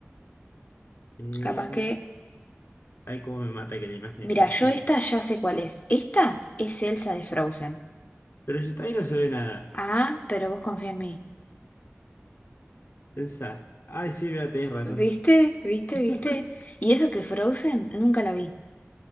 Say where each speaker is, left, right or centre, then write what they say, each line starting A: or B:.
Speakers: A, on the left; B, on the left.
A: Eh,
B: capaz que...
A: ay, cómo me mata que la imagen esté
B: Mira,
A: así.
B: yo esta ya sé cuál es. Esta es Elsa de Frozen.
A: Pero si está ahí no se ve nada.
B: Ah, pero vos confía en mí.
A: Pensá. Ay, sí, mira, tenés razón.
B: ¿Viste? ¿Viste?
A: <laughs>
B: ¿Viste? Y eso que Frozen nunca la vi.